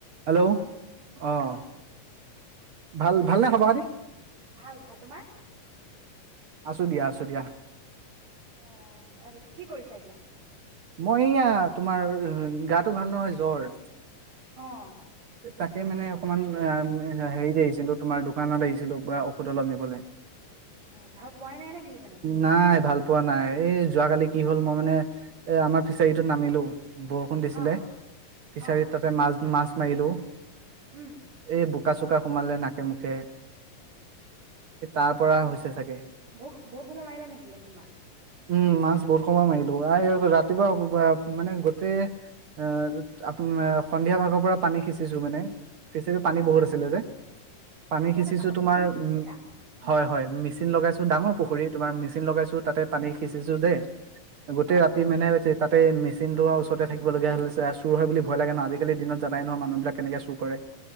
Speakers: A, on the right (about 60°); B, on the right (about 85°).
A: Hello
B: কোৱাচোন
A: অহ
B: hello
A: ভাল ভালনে খবৰ খাতি
B: ভাল ভাল তোমাৰ?
A: আছো দিয়া আছো দিয়া
B: অ আহ কি কৰিছা এতিয়া
A: মই এয়া তোমাৰ গাটো ভাল নহয় জ্বৰ
B: অ
A: তাকে মানে অকণমান হেৰি আহিছিলো তোমাৰ দোকানত আহিছিলো বা ঔষধ অলপ নিবলে
B: অ ভাল পোৱাই নাই নেকি মানে
A: নাই ভাল পোৱা নাই এই যোৱাকালি কি হ'ল মই মানে এ আমাৰ ফিচাৰীটোত নামিলো বৰষুণ দিছিলে,
B: অ
A: ফিচাৰীত
B: অ
A: তাতে মাছ মাছ মাৰিলোঁ
B: উম
A: এই বুক চোক চোকা সোমালে নাকে মুখে তাৰ পৰা
B: অ
A: হৈছে চাগে
B: বৰ বৰ সময় মাৰিলা নেকি এ মাছ
A: উম মাছ বহুত সময় মাৰিলো ৰাতিপুৱা মানে গোটেই আহ আ আপোনাৰ সন্ধিয়া ভাগৰ পৰা পানী সিঁচিছো মানে ফিচাৰীত পানী
B: অ
A: বহুত আছিলে
B: সিঁচি
A: যে পানী সিঁচিছো
B: মানে
A: তোমাৰ
B: পুখুৰী সিঁচিছা
A: উ হয় হয় মেচিন লগাইছো ডাঙৰ
B: অ
A: পুখুৰী তোমাৰ মেচিন লগাইছো তাতে পানী সিঁচিছো দে গোটেই
B: অ
A: ৰাতি মেনে <inaudible> তাতে মেচিনটোৰ ওচৰতে থাকিবলগীয়া হৈছে আৰু চুৰ হয় বুলি ভয় লাগে ন। আজিকাল দিনত জানাই ন মানুহ বিলাক কেনেকে চুৰ কৰে